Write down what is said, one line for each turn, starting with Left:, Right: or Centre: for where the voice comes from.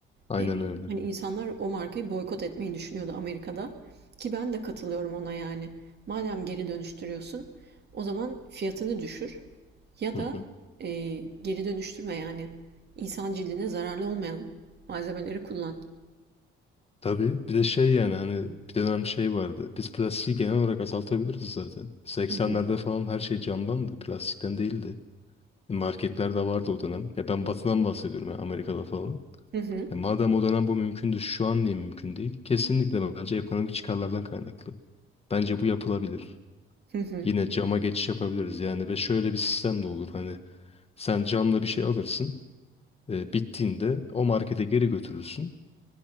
Left: Aynen
Right: Eee,
Left: öyle.
Right: hani insanlar o markayı boykot etmeyi düşünüyordu Amerika'da. Ki ben de katılıyorum ona yani. Madem geri dönüştürüyorsun, o zaman fiyatını düşür. Ya
Left: Hı
Right: da
Left: hı.
Right: e, geri dönüştürme yani insan cildine zararlı olmayan malzemeleri kullan.
Left: Tabii. Bir de şey yani hani bir dönem şey vardı. Biz plastiği genel olarak azaltabiliriz zaten. 80'lerde
Right: Hı hı.
Left: falan her şey camdan da plastikten değildi. Marketlerde vardı o dönem. Ya ben batıdan bahsediyorum ya Amerika'da falan.
Right: Hı hı.
Left: E madem o dönem bu mümkündü şu an niye mümkün değil? Kesinlikle bence ekonomik çıkarlardan kaynaklı. Bence bu yapılabilir.
Right: Hı hı.
Left: Yine cama geçiş yapabiliriz yani ve şöyle bir sistem de olur hani sen camla bir şey alırsın. E, bittiğinde o markete geri götürürsün.